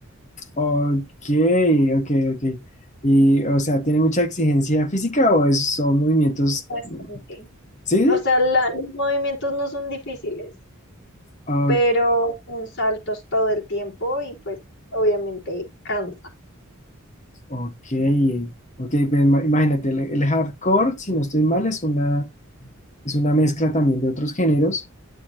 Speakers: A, on the left (about 35°); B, on the left (about 55°).
A: Ok, ok, ok. Y, o sea, ¿tiene mucha exigencia física o es- son movimientos?
B: bastante.
A: mm, ¿Sí?
B: O sea, la- los movimientos no son difíciles.
A: Oh,
B: pero con saltos todo el tiempo y pues obviamente cansa.
A: ok, ok. pues, ima- Imagínate, el, el hardcore, si no estoy mal, es una, es una mezcla también de otros géneros